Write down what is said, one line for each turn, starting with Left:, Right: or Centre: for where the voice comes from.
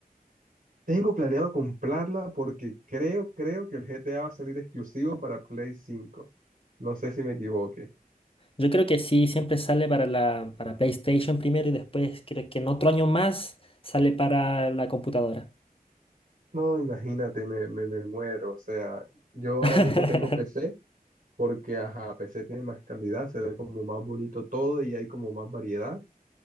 Right: Tengo planeado comprarla porque creo, creo que el GTA va a salir exclusivo para Play 5. No sé si me equivoque.
Left: Yo creo que sí, siempre sale para la, para PlayStation primero y después creo que en otro año más sale para la computadora.
Right: No, imagínate, me, me, me muero. O sea, yo
Left: <laughs>
Right: ahora mismo tengo PC porque, ajá, PC tiene más calidad, se ve como más bonito todo y hay como más variedad.